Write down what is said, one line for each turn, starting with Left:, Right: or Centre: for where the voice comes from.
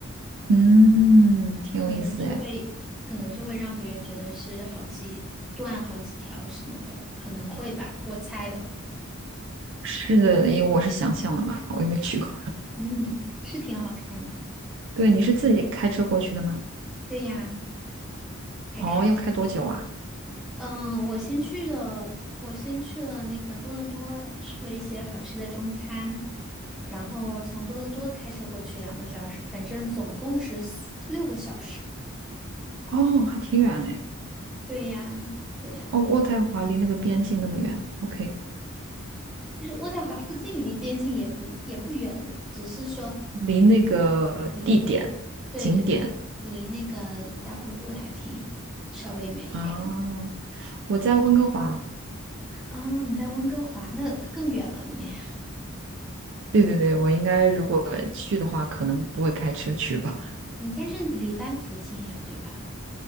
Right: 嗯，挺有意思哎。
Centre: 可能就会可能就会让别人觉得是好几段、好几条什么的，可能会吧，我猜的。
Right: 是的，因为我是想象的嘛，我又没去过。
Centre: <laughs> 嗯，是挺好看的。
Right: 对，你是自己开车过去的吗？
Centre: 对呀，还开蛮久。
Right: 哦，要开多久啊？
Centre: 嗯，我先去了，我先去了那个多伦多，吃了一些好吃的中餐，然后从多伦多开车过去两个小时，反正总共是四六个小时。
Right: 哦，还挺远哎。
Centre: 对呀，对呀。
Right: 哦，渥太华离那个边境那么远。OK。
Centre: 其实渥太华附近离边境也不也不远的，只是说。
Right: 离那个地点景点
Centre: 离。对对对，离那个大瀑布还挺稍微远一点儿。
Right: 啊，我在温哥华。
Centre: 哦，你在温哥华，那更远了你。<laughs>
Right: 对对对，我应该如果去的话，可能不会开车去吧。
Centre: 嗯，但是你离班夫近呀，对吧？